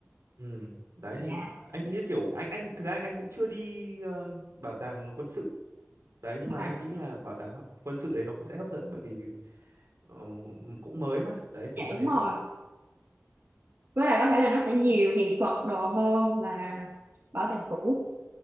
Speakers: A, on the right (about 75°); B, on the right (about 50°).
A: ừ đấy thì
B: Dạ,
A: anh nghĩ là kiểu anh anh thực ra anh cũng chưa đi ờ, bảo tàng quân sự đấy nhưng mà
B: à,
A: anh nghĩ là bảo tàng quân sự đấy nó cũng sẽ hấp dẫn bởi vì ờ, cũng mới mà đấy
B: dạ
A: kiểu như
B: đúng
A: thế
B: rồi. Với lại có thể là nó sẽ nhiều hiện vật đồ hơn là bảo tàng cũ.